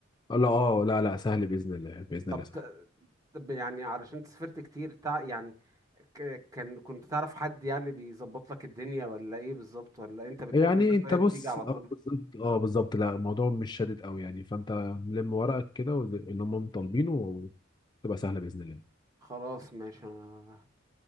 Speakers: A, on the left; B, on the right.
A: لا اه لا لا سهل باذن الله باذن
B: طب
A: الله سهل
B: طب يعني علشان انت سافرت كتير تع... يعني ك... كان كنت تعرف حد يعني بيظبط لك الدنيا ولا ايه بالظبط ولا انت بتقدم
A: يعني
B: بس
A: انت
B: وهي
A: بص
B: بتيجي على
A: اه
B: طول
A: بالظبط اه بالظبط لا الموضوع مش شادد قوي يعني فانت لم ورقك كده وز- اللي هم طالبينه وتبقى سهله باذن الله
B: خلاص ماشي أنا